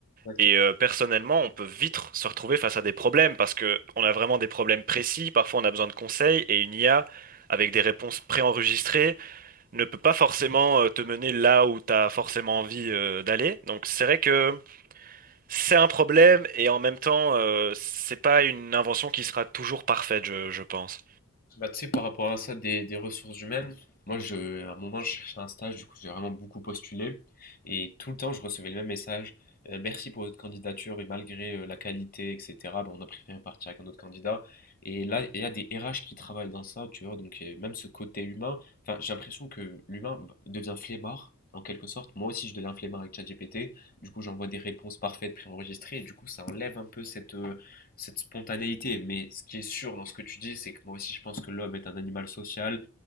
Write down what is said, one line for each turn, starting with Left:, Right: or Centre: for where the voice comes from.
Left: Exactement.
Right: et euh, personnellement, on peut vite se retrouver face à des problèmes, parce que on a vraiment des problèmes précis, parfois on a besoin de conseils, et une IA... avec des réponses préenregistrées, ne peut pas forcément euh, te mener là où tu as forcément envie euh, d'aller. Donc c'est vrai que c'est un problème et en même temps, euh, c'est pas une invention qui sera toujours parfaite, je, je pense.
Left: Bah, tu sais, par rapport à ça, des, des ressources humaines, moi, je, à un moment, je cherchais un stage, du coup, j'ai vraiment beaucoup postulé. Et tout le temps, je recevais le même message. Euh, merci pour votre candidature et malgré euh, la qualité, etc., bah, on a préféré partir avec un autre candidat. Et là, il y a des RH qui travaillent dans ça, tu vois, donc euh, même ce côté humain, enfin, j'ai l'impression que l'humain devient flemmard, en quelque sorte. Moi aussi, je deviens flemmard avec ChatGPT. Du coup, j'envoie des réponses parfaites préenregistrées et du coup, ça enlève un peu cette, euh, cette spontanéité. Mais ce qui est sûr dans ce que tu dis, c'est que moi aussi, je pense que l'homme est un animal social